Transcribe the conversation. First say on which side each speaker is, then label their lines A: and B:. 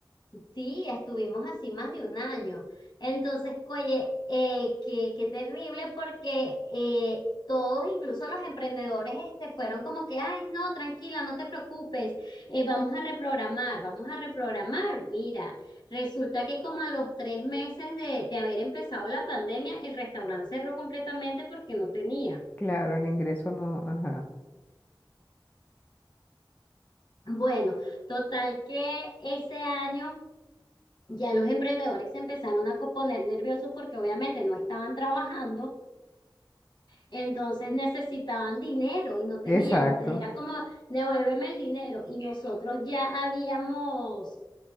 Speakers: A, on the left; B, on the left.
A: Sí, estuvimos así más de un año. Entonces, oye, eh, qué, qué terrible porque eh, todos, incluso los emprendedores, este, fueron como que, ay, no, tranquila, no te preocupes, eh, vamos a reprogramar, vamos a reprogramar. Mira, resulta que como a los tres meses de, de haber empezado la pandemia, el restaurante cerró completamente porque no tenía.
B: Claro, el ingreso no, ajá,
A: Bueno, total que ese año Ya los emprendedores se empezaron a co- poner nerviosos porque obviamente no estaban trabajando, entonces necesitaban dinero y no tenían,
B: exacto.
A: entonces era como, devuélveme el dinero y nosotros ya habíamos,